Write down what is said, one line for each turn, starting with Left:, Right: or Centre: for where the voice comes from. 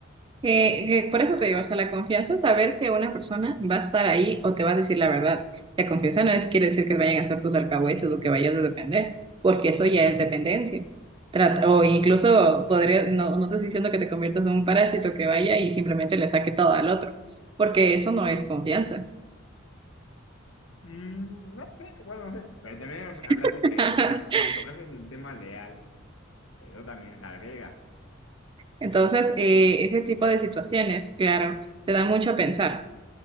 Right: Eh, eh, por eso te digo, o sea, la confianza es saber que una persona va a estar ahí o te va a decir la verdad. La confianza no es quiere decir que vayan a ser tus alcahuetes o que vayas a depender, porque eso ya es dependencia. Trata, o incluso podría, no, no te estoy diciendo que te conviertas en un parásito que vaya y simplemente le saque todo al otro, porque eso no es confianza.
Left: Mm, no sé, bueno, no sé, pero también hablaste
Right: <laughs>
Left: que ah, me tocaste el tema leal. Eso también se agrega.
Right: Entonces, eh, ese tipo de situaciones, claro, te da mucho a pensar.